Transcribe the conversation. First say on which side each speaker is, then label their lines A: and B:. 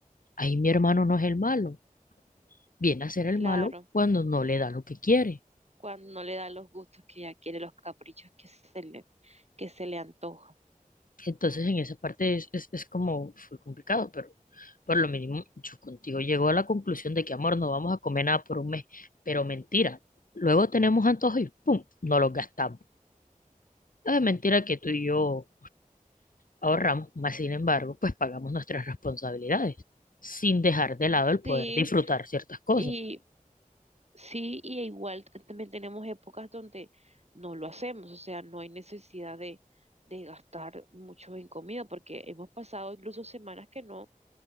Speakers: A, on the left; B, on the right.
A: Ahí mi hermano no es el malo. Viene a ser el
B: claro.
A: malo cuando no le da lo que quiere.
B: cuando no le da los gustos que ella quiere, los caprichos que se le, que se le antojan.
A: Entonces, en esa parte es, es, es como fue complicado, pero por lo mínimo yo contigo llego a la conclusión de que, amor, no vamos a comer nada por un mes, pero mentira. Luego tenemos antojos y ¡pum! No los gastamos. No es mentira que tú y yo ahorramos, mas sin embargo, pues pagamos nuestras responsabilidades, sin dejar de lado el poder
B: Sí,
A: disfrutar ciertas cosas.
B: y sí, y igual también tenemos épocas donde no lo hacemos, o sea, no hay necesidad de, de gastar mucho en comida, porque hemos pasado incluso semanas que no